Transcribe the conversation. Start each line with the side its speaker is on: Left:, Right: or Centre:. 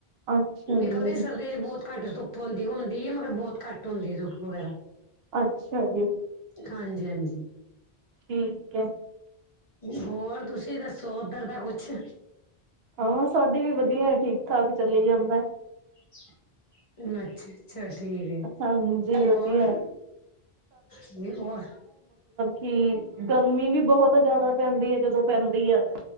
Right: ਅੱਛਾ
Left: ਨਿਕਲਦੀ
Right: ਜੀ।
Left: ਸਰਦੀਆਂ ਚ ਬਹੁਤ ਘੱਟ ਧੁੱਪ ਹੁੰਦੀ, ਹੁੰਦੀ ਏ ਮਗਰ ਬਹੁਤ ਘੱਟ ਹੁੰਦੀ ਏ ਧੁੱਪ ਵਗੈਰਾ,
Right: ਅੱਛਾ ਜੀ!
Left: ਹਾਂਜੀ-ਹਾਂਜੀ।
Right: <inaudible>
Left: ਹੋਰ ਤੁਸੀਂ ਦੱਸੋ ਉੱਧਰ ਦਾ ਕੁਛ?
Right: ਹਾਂ ਸਾਡੀ ਵੀ ਵਧੀਆ ਐ ਠੀਕ-ਠਾਕ ਚੱਲੀ ਜਾਂਦਾ,
Left: ਅੱਛਾ। ਅੱਛਾ ਠੀਕ ਏ,
Right: ਹਾਂਜੀ
Left: ਹੋਰ
Right: ਵਧੀਆ।
Left: ਜ ਹੋ
Right: ਹੂ ਗਰਮੀ ਵੀ ਬਹੁਤ ਜਿਆਦਾ ਪੈਂਦੀ ਐ ਜਦੋਂ ਪੈਂਦੀ ਆ।